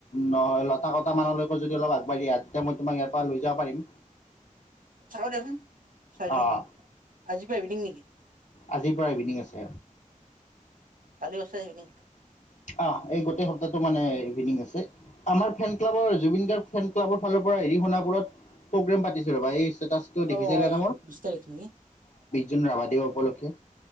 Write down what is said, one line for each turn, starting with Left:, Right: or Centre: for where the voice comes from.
Left: ন তা কটামানলৈকে যদি অলপ আগবাঢ়ি অ আহা তেতিয়া মই তোমাক ইয়াৰ পৰা লৈ যাব পাৰিম।
Right: চাব দেন চাই
Left: অঁ
Right: লওঁ আজি পৰা ইভিনিং নেকি!
Left: আজিৰ পৰা ইভিনিং আছে
Right: কালি উছাই আহ নি
Left: আহ এই গোটেই সপ্তাহটো মানে ইভিনিং আছে আমাৰ ফেন ক্লাবৰ জুবিন গাৰ্গে ফেন ক্লাবৰ ফালৰ পৰা এৰি সোণাপুৰত প্ৰগ্ৰেম পাতিছে ৰবা এই ষ্টেটাছটো দেখিছিলে
Right: অ
Left: না মোৰ
Right: বিশ তাৰিখ নেকি
Left: যোন ৰাভা দিৱস উপলক্ষে